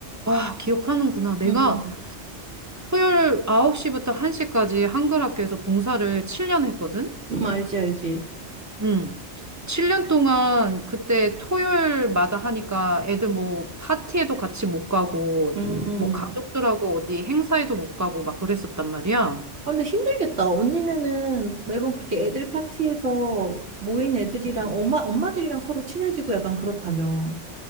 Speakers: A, on the right; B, on the right.
A: 아, 기억하는구나. 내가
B: 응, 응, 응.
A: 토요일 9시부터 1시까지 한글 학교에서 봉사를 7년 했거든?
B: 응, 알지, 알지.
A: 음. 7년 동안 그때 토요일마다 하니까 애들 뭐 파티에도 같이 못 가고
B: 음.
A: 뭐 가족들하고 어디 행사에도 못 가고 막 그랬었단 말이야.
B: 아, 근데 힘들겠다. 언니네는 매번 그렇게
A: 음.
B: 애들 파티에서 모인 애들이랑
A: 음.
B: 엄마, 엄마들이랑 서로 친해지고 약간 그렇다며.